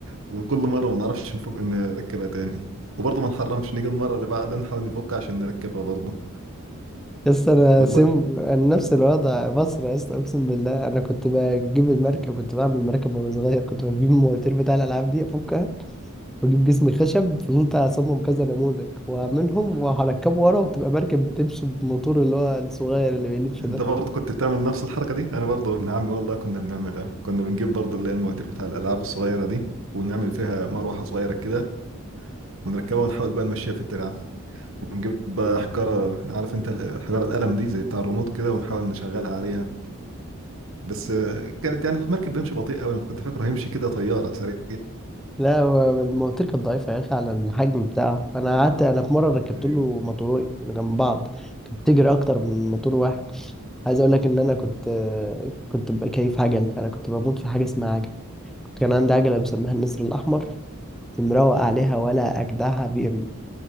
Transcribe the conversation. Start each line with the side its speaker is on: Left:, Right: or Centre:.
Right: وكل مرة ما نعرفش نفك نركبها تاني وبرضه ما نحرمش نيجي المرة اللي بعدها نحاول نفك عشان نركبها برضه
Centre: لسه أنا
Right: والله
Centre: سم أنا نفس الوضع مصر لسه أقسم بالله أنا كنت بجيب المركب كنت بعمل المركب وأنا صغير كنت بجيب المواتير بتاع الألعاب دي أفكها وأجيب جسم خشب فضلت أصمم كذا نموذج وأعملهم وهركبه ورا وبتبقى مركب بتمشي بموتور اللي هو الصغير اللي بيلف ده
Right: انت برضه كنت بتعمل نفس الحركه دي انا برضه ابن عمي والله كنا بنعملها كنا بنجيب برضه اللي هي المواتير بتاع الالعاب الصغيره دي ونعمل فيها مروحه صغيره كده ونركبها ونحاول بقى نمشيها في الترعه ونجيب بقى حجاره عارف انت ال- الحجاره القلم دي زي بتاع الريموت كده ونحاول نشغلها عليها بس آه، كانت يعني المركب بيمشي بطيء قوي كنت فاكره هيمشي كده طياره سريع
Centre: لا هو المواتير كانت ضعيفة يا أخي على الحجم بتاعه أنا قعدت أنا في مرة ركبت
Right: ايوه
Centre: له موتورين جنب بعض كانت بتجري أكتر من موتور واحد عايز أقول لك إن أنا كنت كنت ببقى كيف عجل أنا كنت بموت في حاجة اسمها عجل كان عندي عجلة مسميها النسر الأحمر كنت مروق عليها ولا أجدعها بي إم